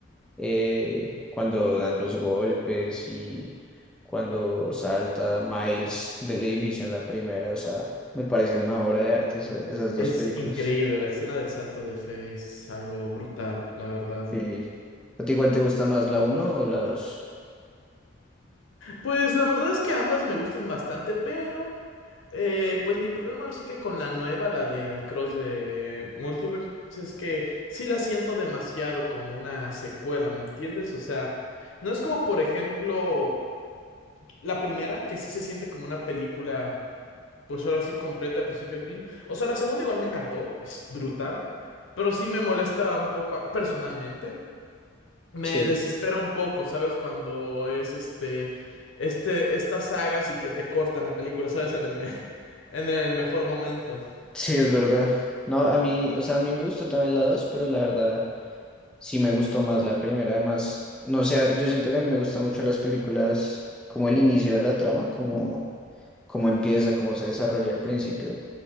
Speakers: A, in the centre; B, on the left.
A: eh, cuando dan los golpes y cuando salta Miles del edificio en la primera, o sea, me parece una obra de arte esa- esas dos
B: es
A: películas.
B: increíble, la escena del salto de fe es algo brutal, la verdad.
A: Sí. ¿A ti igual te gusta más la uno o la 2?
B: Pues la verdad es que ambas me gustan bastante, pero eh, pues mi problema ahora sí que con la nueva, la de Across the Multiverse, es que sí la siento demasiado como una secuela, ¿me entiendes? O sea... No es como, por ejemplo, La primera, que sí se siente como una película, pues ahora sí completa de principio a fin. O sea, la segunda igual me encantó, es brutal, pero sí me molesta un poco a- personalmente. Me
A: Sí,
B: desespera un poco, ¿sabes? Cuando es este, este, estas sagas y que te cortan la película, ¿sabes? En el me- <laughs> en el mejor momento.
A: sí, es verdad. No, a mí, o sea, a mí me gustó también la dos pero la verdad sí me gustó más la primera. Además, no sé, yo siento que a mí me gustan mucho las películas como el inicio de la trama, como cómo empieza, cómo se desarrolla el principio.